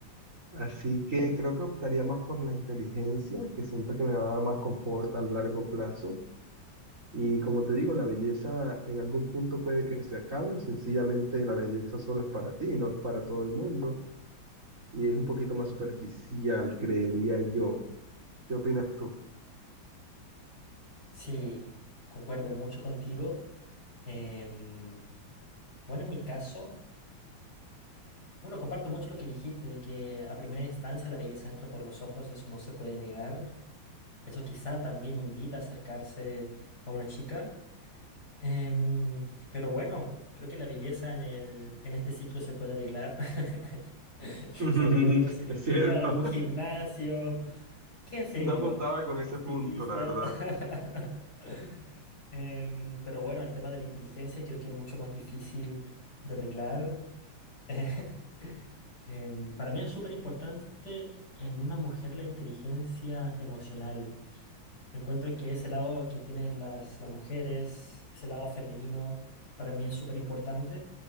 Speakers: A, on the right; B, on the left.
A: Así que creo que optaría más por la inteligencia, que siento que me va a dar más confort a largo plazo. Y como te digo, la belleza en algún punto puede que se acabe o sencillamente la belleza solo es para ti, no es para todo el mundo. Y es un poquito más superficial, creería yo. ¿Qué opinas tú?
B: Sí, concuerdo mucho contigo. Em, bueno, en mi caso, bueno, comparto mucho lo que dijiste de que a primera instancia la belleza entra por los ojos, eso no se puede negar. Eso quizá también invita a acercarse a una chica. Em, pero bueno, creo que la belleza en el, en este ciclo se puede arreglar. <laughs> Quizá
A: <laughs>
B: con alguna cirugía,
A: Es cierto,
B: algún gimnasio,
A: <laughs>
B: qué sé
A: no
B: yo,
A: contaba con ese
B: estilistas.
A: punto, la verdad.
B: <laughs> Em, pero bueno, el tema de la inteligencia creo que es mucho más difícil de arreglar. <laughs> Em, para mí es súper importante en una mujer la inteligencia emocional. Encuentro que ese lado que tienen las, las mujeres, ese lado femenino, para mí es súper importante.